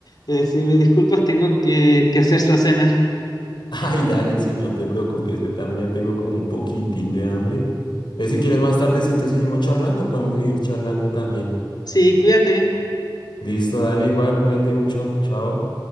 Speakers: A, on the left (about 55°); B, on the left (about 70°).
A: eh, si me disculpas tengo que, que hacer la cena.
B: Ay, dale, sí, no te preocupes, yo también ya tengo como un poquitín de hambre. Entonces, si quieres más tardecito seguimos charlando, podemos seguir charlando también.
A: Sí, cuídate.
B: Listo, dale igual, cuídate mucho, chao.